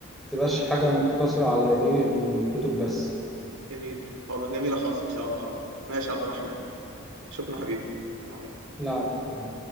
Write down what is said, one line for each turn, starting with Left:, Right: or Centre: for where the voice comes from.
Centre: متبقاش حاجة مقتصرة على إيه الكتب بس
Right: جميل حاضر جميلة خالص ان شاء الله حاضر ماشي يا عبد الرحمن شكرا حبيبي السلام عليكم
Centre: لا عفوا.